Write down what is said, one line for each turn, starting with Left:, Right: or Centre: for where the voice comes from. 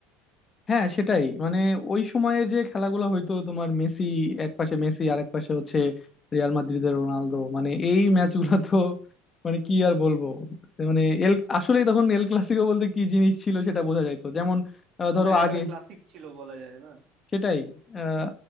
Left: হ্যাঁ সেটাই মানে ওই সময়ের যে খেলাগুলো হয়তো তোমার মেসি এক পাশে মেসি আর এক পাশে হচ্ছে রিয়াল মাদ্রিদের রোনালদো মানে এই ম্যাচগুলো তো মানে কি আর বলবো মানে এল আসলে তখন এল ক্লাসিকো বলতে কি জিনিস ছিল সেটা বোঝা যাইতো যেমন আহ,
Right: মানে
Left: ধরো
Right: একেবারে
Left: আগে
Right: ক্লাসিক ছিল বলা যায় না
Left: সেটাই আহ,